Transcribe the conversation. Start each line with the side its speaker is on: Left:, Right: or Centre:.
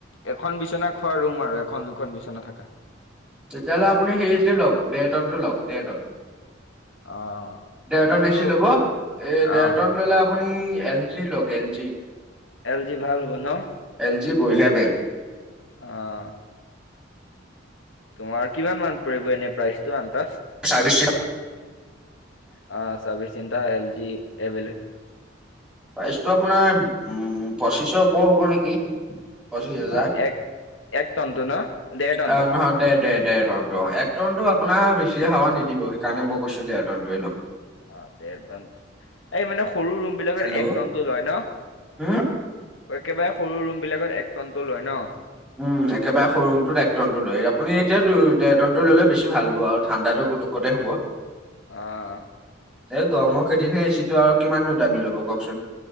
Left: এখন বিচনা খোৱা ৰুম আৰু এখন দুখন বিচনা থকা
Centre: তেতিয়াহ'লে আপুনি হেৰিটো লওক ডেৰ টন টো লওক ডেৰ টন
Left: অ
Centre: দেৰটন
Left: এইটো
Centre: এচি ল'ব এ দেৰটন
Left: আহ
Centre: লোলে আ আপুনি এল জি লক এল জি
Left: এল জি ভাল হ'ব ন
Centre: এল জি বঢ়িয়া বেন
Left: অ তোমাৰ কিমান মান পৰিব এনে প্ৰাইচটো আনটাজ
Centre: চাবিশ
Left: অ চাৰভিছ চেন্টাৰ এল জি এভলেব
Centre: প্ৰাইচটো আপোনাৰ উম পঁচিশৰ ওপৰ হ'ব নেকি পঁচিছ হাজাৰ
Left: অ এক এক তন ন। দেৰ টনটো
Centre: অ নহয় দেৰ দেৰ টনটো অ এক টন টো আপোনাৰ বেছ বেছি হাৱা নিদিব সেইকাৰণেই মই কৈছো ডেৰ টনটোৱে লগক
Left: অ দেৰ টন এই মানে সৰু ৰুম বিলাকৰ
Centre: হেল্ল'
Left: এক টনটো লয় ন
Centre: উম
Left: একেবাৰে সৰু ৰুম বিলাকত এক টনটো লয় ন
Centre: উম একেবাৰে সৰুম টো এক ট্ৰনটো লয় আপুনি এতিয়াটো দেৰটনটো ললে বেছি ভাল হ'ব আও ঠাণ্ডাত পোতোক কটে হ'ব
Left: অহ
Centre: এই গৰমৰ কেইদিনহে এচিটো আৰু কিমাননো দামি লব কওক চোন